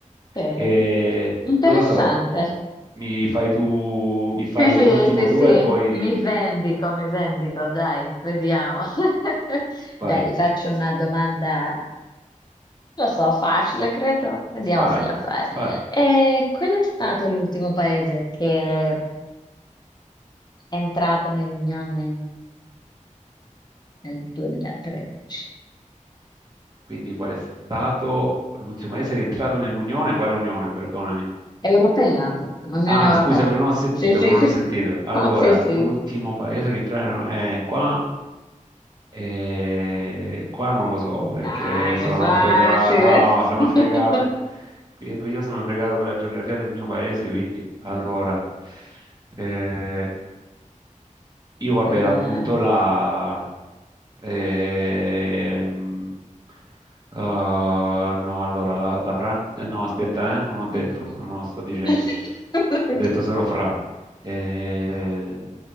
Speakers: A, on the left; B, on the right.
A: ok.
B: E,
A: Interessante.
B: non lo so, mi fai tu, mi fai
A: Sì, sì,
B: l'ultimo
A: sì,
B: due
A: sì,
B: e poi
A: mi vendico, mi vendico, dai, vediamo. <laughs>
B: vai.
A: Dai, ti faccio
B: S-
A: una domanda, lo so, facile, credo, vediamo
B: Spara,
A: se la sai.
B: spara.
A: E qual è stato l'ultimo paese che è entrato nell'Unione nel 2013?
B: Quindi qual è stato l'ultimo paese che è entrato nell'Unione? Quale Unione, perdonami?
A: Europea, ha detto, Unione
B: Ah,
A: Europea.
B: scusami, non ho sentito,
A: Sì, sì,
B: non
A: sì,
B: ho sentito.
A: <laughs>
B: Allora,
A: ok, sì.
B: l'ultimo paese che entrare è qua. E qua non lo so
A: Dai,
B: perché sono
A: è facile.
B: fregato. No, sono
A: <laughs>
B: fregato. Qui- qui Io sono fregato con la geografia del mio paese, quindi allora eh, io vabbè
A: Dai.
B: la butto là. Ehm, ah, no, allora la, la Francia. No, aspetta, eh, non ho
A: Mm.
B: detto, non ho, sto dicendo.
A: <laughs>
B: Ho detto solo fra. Ehm,